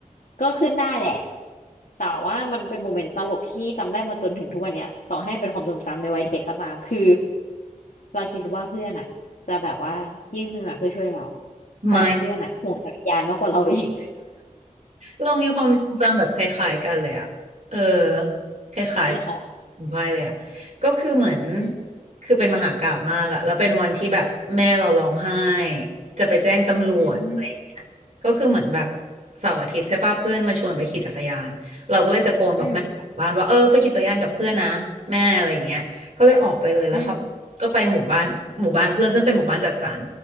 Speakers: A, on the left; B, on the right.
A: ก็ขึ้นได้แหละแต่ว่ามันเป็นโมเมนต์ตลกที่จำได้มาจนถึงทุกวันเนี้ยต่อให้มันเป็นความทรงจำในวัยเด็กก็ตามคือเราคิดว่าเพื่อนอ่ะจะแบบว่ายื่นมือมาเพื่อช่วยเราแต่เพื่อนอ่ะห่วงจักรยานมากกว่าเราอีก
B: ไม่ เรามีความทรงจำแบบคล้ายๆกันเลยอะเออ
A: <laughs>
B: คล้ายๆค
A: เป็นไงคะ
B: ุณฝ้ายเลยอะก็คือเหมือน
A: อืม
B: คือเป็นมหากาพย์มากอะแล้วเป็นวันที่แบบแม่เราร้องไห้จะไปแจ้งตำรวจอะไรอย่างเงี้ยก็คือเหมือนแบบ
A: อืม
B: เสาร์อาทิตย์ใช่ป่ะเพื่อนมาชวนไปขี่จักรยานเราก็เลยตะโกนบอกแม่บ้านว่าเออไปขี่จักรยานกับเพื่อนนะแม่อะไรอย่างเงี้ยก็เลยออกไปเลยแล้วครับก็ไปหมู่บ้านหมู่บ้านเพื่อนซึ่งเป็นหมู่บ้านจัดสรร
A: อืมอืม